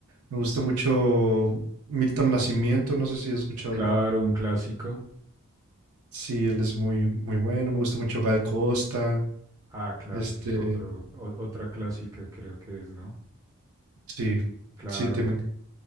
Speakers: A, on the right; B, on the right.
A: Me gusta mucho Milton Nascimento, no sé si has escuchado.
B: Claro, un clásico.
A: Sí, él es muy, muy bueno. Me gusta mucho Gal Costa.
B: Ah, claro,
A: Este,
B: ese es otro, o- otra clásica, creo que es, ¿no?
A: sí,
B: Claro.
A: sí, te